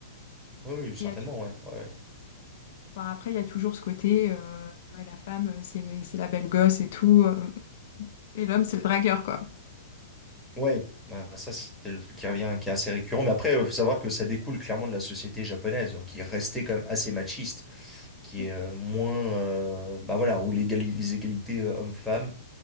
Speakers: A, in the centre; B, on the left (about 50°).
A: Oui, oui, certainement,
B: Mais il y a tou-
A: ouais. Ouais.
B: enfin, après, il y a toujours ce côté, euh, ouais, la femme, euh, c'est c'est la belle gosse et tout, euh, et l'homme, c'est le dragueur, quoi.
A: Ouais, bah, ça, c'est le truc qui revient, qui est assez récurrent. Mais après, il faut savoir que ça découle clairement de la société japonaise, hein, qui restait quand même assez machiste, qui
B: Oui,
A: est euh, moins, euh, bah voilà, où l'égali- les égalités euh, hommes-femmes